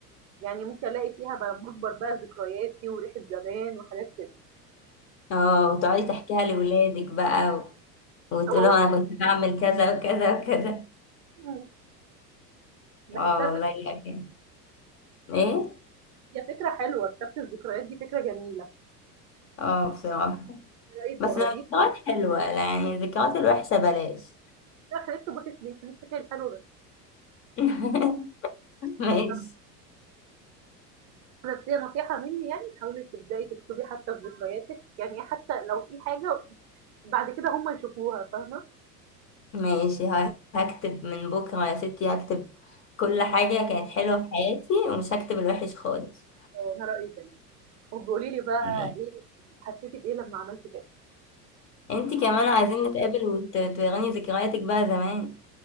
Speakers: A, on the right (about 35°); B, on the left (about 30°).
A: يعني ممكن ألاقي فيها بقى مجبر بقى ذكرياتي وريحة زمان وحاجات كده.
B: اه وتقعدي تحكيها لأولادك بقى وتقولوا
A: هو
B: أنا كنت بعمل كذا وكذا وكذا
A: إمم، باحسها
B: اه والله
A: ف
B: يعني ايه
A: هي فكرة حلوة، كتابة الذكريات دي فكرة جميلة،
B: اه بصراحة
A: إيه رأيِك
B: بس
A: تجربيها؟
B: الذكريات حلوة يعني الذكريات الوحشة بلاش
A: لأ إحنا نكتب وِحِش ليه؟ نفتكر الحلو بس.
B: <laughs> ماشي
A: بالضبط، بس هي نصيحة مني يعني حاولي تبدئي تكتبي حتى في ذكرياتِك، يعني حتى لو في حاجة بعد كده هم يشوفوها فاهمة،
B: ماشي ه- هكتب من بكرة يا ستي هكتب كل حاجة كانت حلوة في حياتي ومش هكتب الوحش خالص
A: آه، أنا رأيي كده. وبقولي لي بقى
B: ماشي.
A: إيه حسيتِ بإيه لمّا عملتِ كده؟
B: انتي كمان عايزين نتقابل وتوريني ذكرياتك بقى زمان